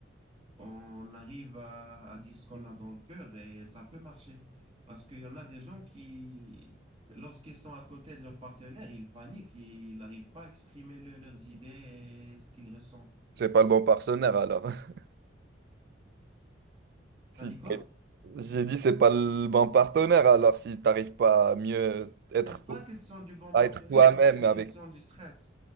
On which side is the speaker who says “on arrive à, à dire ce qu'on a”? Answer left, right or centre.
Right